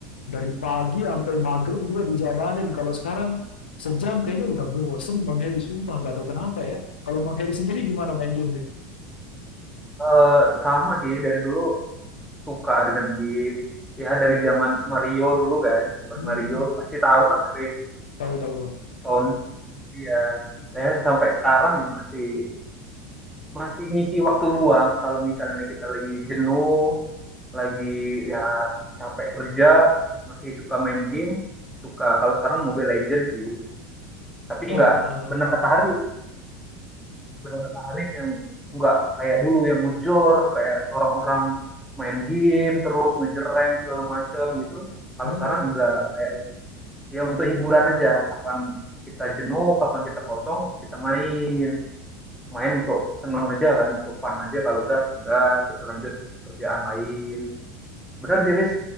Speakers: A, on the left (about 70°); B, in the centre.
A: dari pagi sampai maghrib juga dijabanin. Kalau sekarang sejam kayaknya udah bosen Bang Heri. Sumpah nggak tahu kenapa ya. Kalau Bang Heri sendiri gimana main game nih?
B: Eh, sama sih dari dulu suka dengan game ya dari zaman Mario dulu kan Super
A: Hmm,
B: Mario pasti tahu lah dari
A: tahu-tahu Bang.
B: sound Iya. ya eh, sampai sekarang ya masih masih ngisi waktu luang kalau misalnya kita lagi jenuh lagi ya capek kerja masih suka main game suka kalau sekarang Mobile Legends sih tapi
A: Wah,
B: nggak bener
A: mantap
B: kata Hari
A: Bang.
B: benar kata Haris yang nggak kayak dulu yang ngejor kayak orang-orang main game terus ngejereng segala macem gitu kalau
A: Hmm.
B: sekarang nggak kayak lebih ya untuk hiburan aja kapan kita jenuh kapan kita kosong kita main main untuk seneng aja kan untuk fun aja kalau udah sudah kita lanjut kerjaan lain benar sih Haris